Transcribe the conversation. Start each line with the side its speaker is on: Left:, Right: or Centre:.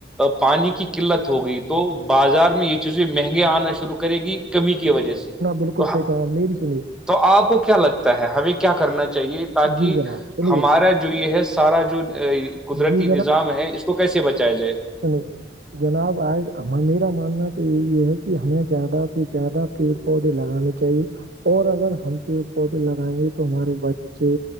Centre: پانی کی قلت ہوگئی تو بازار میں یہ چیزیں مہنگے آنا شروع کرے گی کمی کی وجہ سے
Right: بکل
Centre: تو
Right: میں بھی س
Centre: تو آپ کو کیا لگتا ہے ہمیں کیا کرنا چاہیے تاکہ
Right: جی جناب سنیے
Centre: ہمارا جو یہ ہے سارا جو قدرتی
Right: جی
Centre: نظام ہے اس کو کیسے بچایا جائے
Right: سنی جناب آج میرا ماننا تو یہ یہ ہے کہ ہمیں زیادہ سے زیادہ پیڑ پودے لگانے چاہیے اور اگر ہم پیڑ پودے لگائیں گے تو ہمارے بچے